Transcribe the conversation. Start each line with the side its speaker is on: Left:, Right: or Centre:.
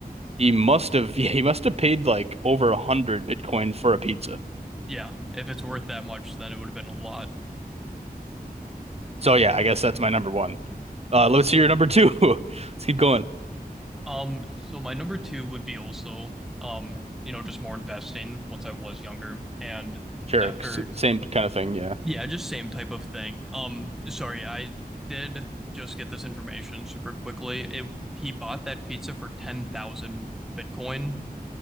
Right: he must have, <laughs> yeah, he must have paid like over a hundred Bitcoin for a pizza.
Centre: Yeah. If it's worth that much, then it would have been a lot.
Right: So yeah, I guess that's my number one. Uh, let's hear your number two. <laughs> Let's keep going.
Centre: Um, so my number two would be also, um, you know, just more investing once I was younger and
Right: Sure,
Centre: after,
Right: s- same kind of thing. Yeah,
Centre: yeah, just same type of thing. Um, sorry, I did just get this information super quickly. It, he bought that pizza for 10,000 Bitcoin,